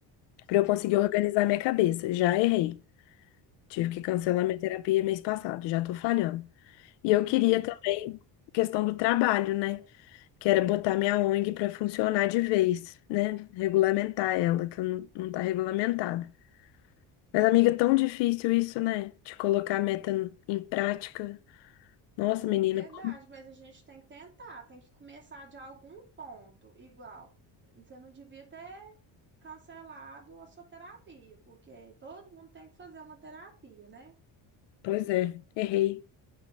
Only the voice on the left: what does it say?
pra eu conseguir organizar minha cabeça. Já errei. Tive que cancelar minha terapia mês passado, já tô falhando. E eu
queria também questão do trabalho, né? Que era botar minha ONG para funcionar de vez, né? Regulamentar ela, que eu não, não tá regulamentada. Mas, amiga, é tão difícil isso, né? De colocar a meta em prática. Nossa,
menina,
como...
Pois é, errei.